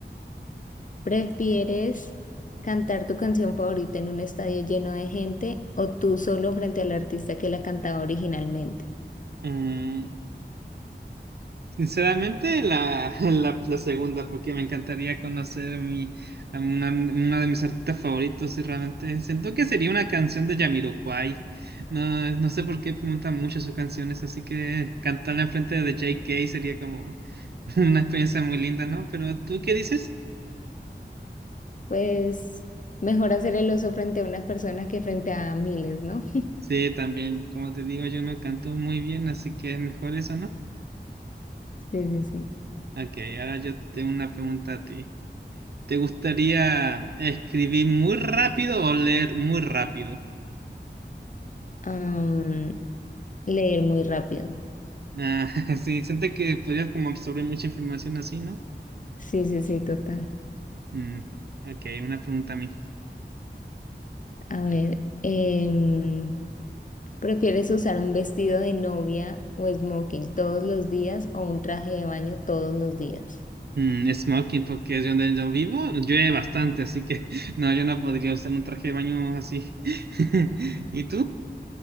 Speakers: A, on the left; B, on the right.
A: ¿Prefieres cantar tu canción favorita en un estadio lleno de gente o tú solo frente al artista que la cantaba originalmente?
B: Mm, sinceramente, la, <laughs> la, la segunda, porque me encantaría conocer a, mi, a una, uno de mis artistas favoritos y realmente siento que sería una canción de Jamiroquai. No, no sé por qué preguntan mucho sus canciones, así que cantarla enfrente de J K sería como <laughs> una experiencia muy linda, ¿no? Pero ¿tú qué dices?
A: Pues mejor hacer el oso frente a una persona que frente a miles, ¿no?
B: Sí, también, como te digo, yo no canto muy bien, así que es mejor eso, ¿no?
A: Sí, sí, sí.
B: Ok, ahora yo tengo una pregunta a ti. ¿Te gustaría escribir muy rápido o leer muy rápido?
A: Am, leer muy rápido.
B: Ah, <laughs> sí, siente que podrías como absorber mucha información así, ¿no?
A: Sí, sí, sí, total.
B: Mm, ok, una pregunta a mí.
A: A ver, em, ¿prefieres usar un vestido de novia o smoking todos los días o un traje de baño todos los días?
B: Mm, smoking, porque es donde yo vivo, llueve bastante, así que <laughs> no, yo no podría usar un traje de baño así. <laughs> ¿Y tú?